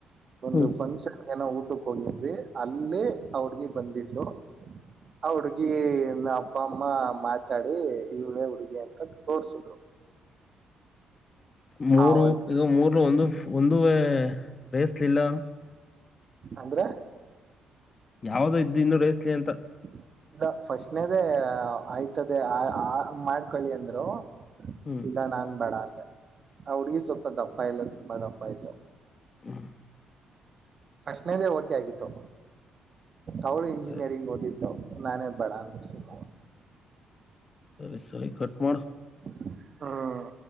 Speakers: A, on the right; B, on the left.
A: ಒಂದು
B: ಹ್ಮ್
A: ಫಂಕ್ಷನ್ ನ ಊಟಕ್ಕೆ ಹೋಗಿದ್ ಅಲ್ಲೇ ಆ ಹುಡುಗಿ ಬಂದಿದ್ಲು ಹ ಹಡುಗಿ ನ ಅಪ್ಪ ಅಮ್ಮ ಮಾತಾಡಿ ಇವಳೆ ಹುಡುಗಿ ಅಂತ ತೋರ್ಸಿದ್ರು
B: ಮೂರು
A: ಆವಲ್
B: ಈಗ ಮೂರ್ ಒಂದು ಒಂದ ಬೇಯಸ್ಲಿಲ್ಲ
A: ಅಂದ್ರ
B: ಯಾವ್ದೋ ಇದ್ದ ಇನ್ನು ರೇಸ್ಲಿ ಅಂತ
A: <unintelligible> ಇಲ್ಲ ಫಸ್ಟ್ನೇದ ಆಯ್ತದೆ ಆ ಆ ಮಾಡ್ಕೊಳ್ಳಿ ಅಂದರು
B: ಹ್ಮ್
A: ಇಲ್ಲ ನಾನ್ ಬೇಡ ಅಂತ ಹುಡ್ಗಿ ಸ್ವಲ್ಪ ದಪ್ಪ ಇದ್ಲು ತುಂಬಾ ದಪ್ಪ ಇದ್ಲು
B: ಹ್ಮ್
A: ಫಸ್ಟ್ನೇದೇ ಓಕೆ ಆಗಿತ್ತು ಅವಳು ಇಂಜಿನಿಯರಿಂಗ್
B: ಸರಿ
A: ಓದಿದ್ಳ ನಾನೇ ಬೇಡ ಅಂದುಸುಮ್
B: ಸರಿ ಸರಿ ಕಟ್ ಮಾಡೋ
A: ಹಾ